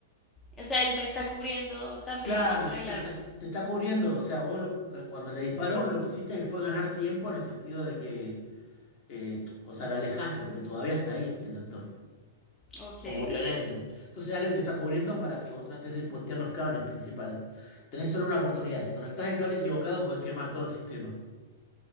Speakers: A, on the left (about 20°); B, on the left (about 45°).
A: O sea, él me está cubriendo también
B: Claro,
A: ahí con el
B: te
A: arma.
B: está, te está cubriendo, o sea, vos lo- cuando le disparó lo que hiciste fue ganar tiempo en el sentido de que, eh, o sea, lo alejaste, pero todavía está ahí el doctor.
A: Ok,
B: como violento. Entonces Alex te está cubriendo para que vos trates de puentear los cables principales. Tenés solo una oportunidad. Si conectás el cable equivocado, podés quemar todo el sistema.